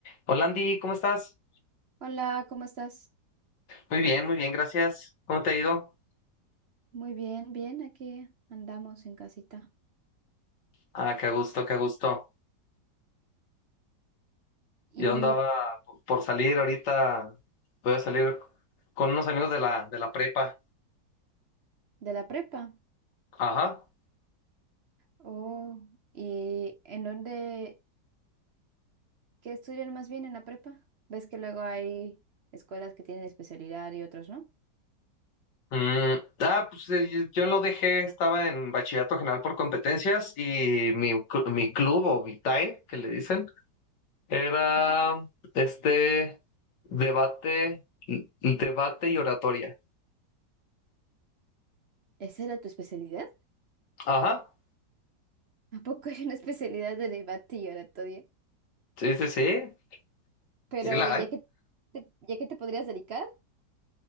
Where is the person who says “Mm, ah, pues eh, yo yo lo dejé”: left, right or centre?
Left